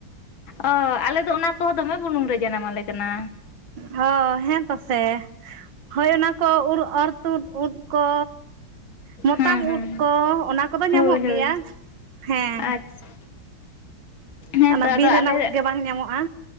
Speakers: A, on the left; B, on the right.
A: ᱚ ᱟᱞᱮ ᱫᱚ ᱚᱱᱟ ᱠᱚᱦᱚᱸ ᱫᱚᱢᱮ ᱵᱩᱞᱩᱝ ᱨᱮ ᱡᱟᱱᱟᱢ ᱟᱞᱮ ᱠᱟᱱᱟ᱾
B: ᱦᱚ ᱦᱮᱸ ᱛᱚ ᱥᱮ, ᱦᱳᱭ ᱚᱱᱟ ᱠᱚ ᱩᱲ ᱚᱨ ᱛᱩᱫ ᱩᱫ ᱠᱚ᱾ ᱢᱚᱛᱟᱢ
A: ᱦᱮᱸ ᱦᱮᱸ
B: ᱩᱫ ᱠᱚ ᱚᱱᱟ ᱠᱚ ᱫᱚ
A: ᱦᱳᱭ
B: ᱧᱟᱢᱚᱜ
A: ᱦᱳᱭ
B: ᱜᱮᱭᱟ ᱦᱮᱸ᱾
A: ᱟᱪᱪᱷᱟ ᱦᱮᱸᱛᱚ
B: ᱚᱱᱟ
A: ᱟᱫᱚ
B: ᱵᱤᱨ
A: ᱟᱞᱮ
B: ᱨᱮᱱᱟᱜ ᱩᱫ ᱜᱮ ᱵᱟᱝ ᱧᱟᱢᱚᱜᱼᱟ᱾